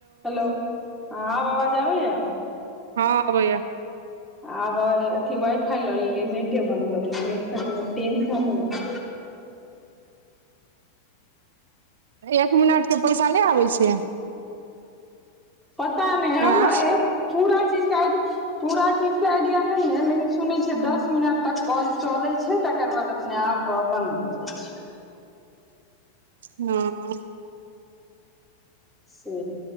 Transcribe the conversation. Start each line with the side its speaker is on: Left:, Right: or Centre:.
Centre: Hello हं आब आवाज आबैया
Right: हँ अबइयै
Centre: आब अथी वाइ फाइ लऽ लेली नेटे बन्द कऽ देली नेट से कोनो टेसन होइ छै
Right: एक मिनट के पैसा नय आबै छै
Centre: पता नय हम
Right: आँ
Centre: पूरा चीज के आइडि पूरा चीजके आइडिया नय है लेकिन सुनै छय दस मिनट तक कॉल चले छै तकर बाद अपने आप बंद भ जाय छै
Right: हँ
Centre: से